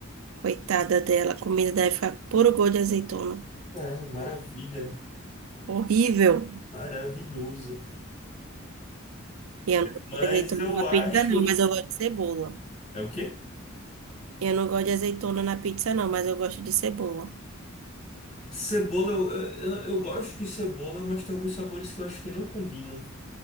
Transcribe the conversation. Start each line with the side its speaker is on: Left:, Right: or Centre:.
Right: coitada dela. A comida deve ficar puro gosto de azeitona.
Left: É, maravilha.
Right: Horrível.
Left: Maravilhoso.
Right: E eu não gosto
Left: Mas
Right: de azeitona
Left: eu
Right: na
Left: acho.
Right: pizza, não, mas eu gosto de cebola.
Left: É o quê?
Right: Eu não gosto de azeitona na pizza, não, mas eu gosto de cebola.
Left: Cebola, eu, eu, eu gosto de cebola, mas tem alguns sabores que eu acho que não combinam.